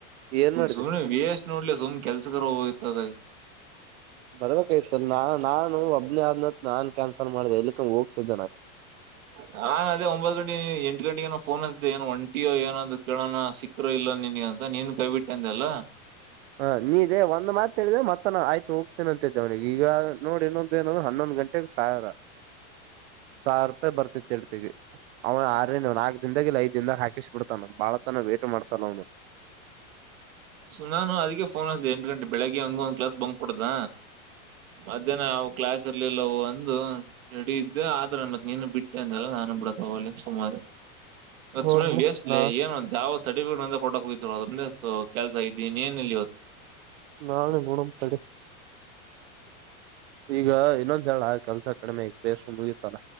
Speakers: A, on the right (about 50°); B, on the right (about 75°).
A: ಏನ್ ಮಾಡಿದೆ
B: ಸುಮ್ನೆ ವಷ್ಟ್ ನೋಡ್ಲಿ ಸುಮ್ನೆ ಕೆಲ್ಸಕರು ಹೋಗ್ತದೆ
A: ಬರ್ಬೇಕಾಯತ ನಾ ನಾನು ಒಬ್ನೇ ಆದ್ನತ್ ನಾನ್ ಕ್ಯಾನ್ಸಲ್ ಮಾಡ್ದ ಇಲ್ಲಿ ಹೋಗ್ತದೆ
B: ನಾನ್ ಅದೇ ಒಂಬತ್ತು ಗಂಟೆ ಎಂಟು ಗಂಟೆಗೆಗಏನ ಫೋನ್ ಹಸ್ದೆ ಏನ್ ಒಂಟಿಯೋ ಏನಂದ ಕೇಳೋಣ ಸಿಕ್ಕರು ಇಲ್ಲ ನಿನ್ಗ ಅಂತ ನೀನ್ ಕೈ ಬಿಿಟ್ಟಂದೆ ಅಲ್ಲ
A: ಹಾ ನೀ ಇದೇ ಒಂದ ಮಾತತ್ ಹೇಳಿದಿದೆ ಮತ್ತ ಆಯ್ತು ಹೋಗ್ತೇನೆ ಅಂತ ಇದ್ದೆ ಅವನಿಗೆ ಈಗ ನೋಡಿೊ ೇನ ಹನ್ನೊಂದು ಗಂಟೆಗೆ ಸಾವಿರ ಸಾವಿರ ರೂಪಾಯಿ ಬರ್ತಿತಿ ಇಳ್ತಿಗೆ ಅವನ ಆ ನಾಕ್ ದಾಗ ಇಲ್ಲ ಐದ ದನ್ದಾಗ ಹಾಕಿಸ್ ಬಿಡ್ತಾನ ಬಾಳತನ ವೇಟ್ ಮಾಡಸಲ್ ಅವ್ನು
B: ಸು ನಾನ ಅದ ೋನ್ ಹಸಿದೆೆ ಎಂಟ ಗಂಟೆ ಬೆಳಗ್ಗೆ ಹಂಗ ಒಂದ್ಲಾ ಬ್ ಕೊಡ್ದ ಮಧ್ಯಾಹ್ನ ಯಾವು ಕ್ಲಾಸ್ ಲ್ಲ ಒಂದು ರೆಡಿ ಇದ್ದೆ ಆದ್ರನ್ ಮತ್ ನೀನು ಬಿಟ್ಟೆ ಅಂದಲ್ಲ ನಾನು ಬಿಡತ್ಲ್ಲಿ ಸುಮಾರು <unintelligible>
A: ಹೋಗ್ ಬಿಡು
B: ವೇಸ್ಟ್
A: ನಾ
B: ಲೆ ಏನ ಒಂದ ಜಾವ ಸರ್ಟಿಫಿಕೇಟ್ ಒಂದ ಕೊಟ್ಟಕ ಹೋಗಿದ್ವಿ ನಾವು ಅದ ಒಂದೇ ಕೆಲ್ಸ ಇದ್ದೀನ್ ಏನಲ್ಲಿ ಇತ್ತು
A: ನಳು ಗುಣಂ ಸದು ಈಗ ಇನ್ನೊಂದ ಹೇಳ ಕೆಲ್ಸ ಕಡಿಮೆ ಬೇ ನಗತ್ತಲ್ಲ